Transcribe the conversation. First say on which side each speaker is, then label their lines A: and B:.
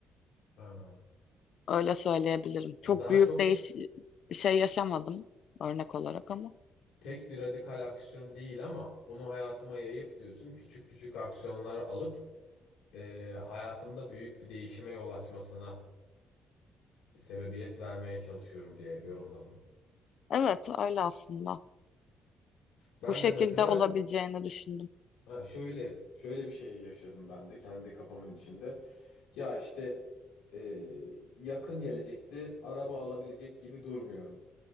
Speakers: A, on the left (about 85°); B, on the left (about 65°).
A: Ha.
B: Öyle söyleyebilirim.
A: Ya
B: Çok
A: daha
B: büyük
A: çok
B: değiş bir şey yaşamadım örnek olarak ama.
A: tek bir radikal aksiyon değil ama bunu hayatıma yayıp diyorsun küçük küçük aksiyonlar alıp e, hayatımda büyük bir değişime yol açmasına sebebiyet vermeye çalışıyorum diye yorumladım.
B: Evet öyle aslında.
A: Ben
B: Bu şekilde
A: de mesela
B: olabileceğini düşündüm.
A: ha, şöyle şöyle bir şey yaşadım ben de kendi kafamın içinde. Ya işte e, yakın gelecekte araba alabilecek gibi durmuyorum.